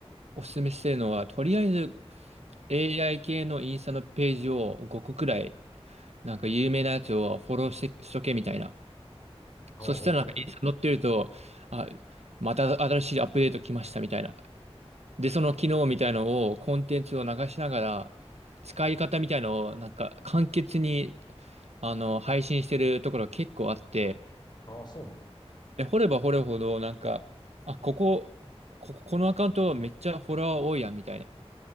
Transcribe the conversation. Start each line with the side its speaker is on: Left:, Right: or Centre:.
Right: お勧めしてるのは、とりあえず AI 系のインスタのページを5個くらい、なんか有名なやつをフォローして、しとけみたいな。
Left: ほうほうほう。
Right: そしたらなんかインスタ載ってると、あ、また新しいアップデート来ましたみたいな。で、その機能みたいのを、コンテンツを流しながら、使い方みたいのを、なんか簡潔に、あの、配信してるところ結構あって、
Left: ああ、そうなの。
Right: で、掘れば掘るほど、なんか、あ、ここ、ここ、このアカウントめっちゃフォロワー多いやん、みたいな。